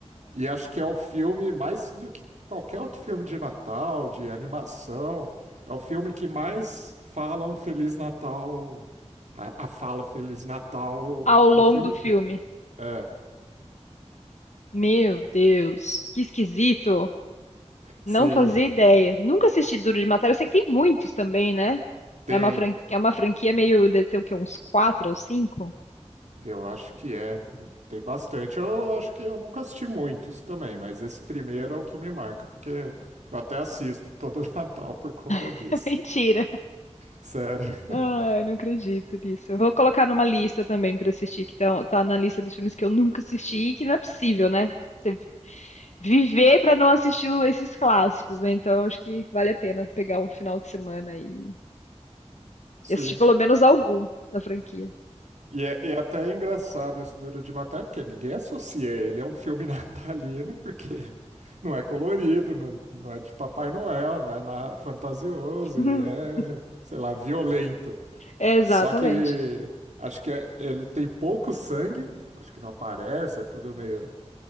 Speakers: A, on the right; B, on the left.
A: E acho que é o filme, mais do que qualquer outro filme de Natal, de animação, é o filme que mais fala um Feliz Natal, a, a fala Feliz Natal
B: Ao longo
A: no filme
B: do filme.
A: inteiro. É,
B: Meu Deus, que esquisito. Não
A: sim,
B: fazia ideia. Nunca assisti Duro de Matar. Eu sei que tem muitos também, né?
A: <laughs> tem.
B: É uma franquia, é uma franquia meio de ter o quê? Uns quatro ou cinco?
A: Eu acho que é. Tem bastante. Eu acho que eu nunca assisti muitos também, mas esse primeiro é o que me marca, porque eu até assisto todo <laughs> Natal por conta
B: <laughs>
A: disso.
B: Mentira.
A: Sério. <laughs>
B: Ai, não acredito nisso. Eu vou colocar numa lista também pra assistir, que tá, tá na lista dos filmes que eu nunca assisti e que não é possível, né? Você viver pra não assistir o- esses clássicos, né? Então acho que vale a pena pegar um final de semana e
A: Sim.
B: e assistir pelo menos algum da franquia.
A: E é, e até é engraçado esse Duro de Matar, porque ninguém associa ele a um filme <laughs> natalino, porque não é colorido, não, não é de Papai Noel, não é na, fantasioso
B: <laughs>
A: e é, sei lá, violento.
B: Exatamente.
A: Só que acho que é- ele tem pouco sangue, acho que não aparece, é tudo meio